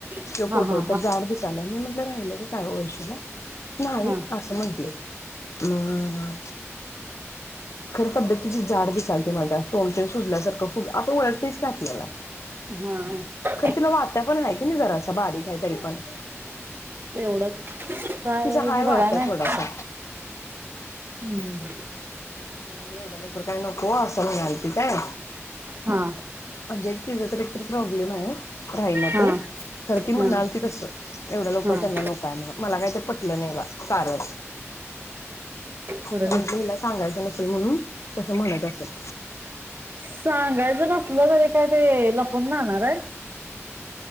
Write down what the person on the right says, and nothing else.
हा
हा
हा
हा
हा हा,
एवढं काय
मी बघाय
नाही.
हम्म,
हा,
हा
हा हा
हम्म
पुर
तेच
सांगायचं नसलं तरी काय ते लपवून राहणार आहे.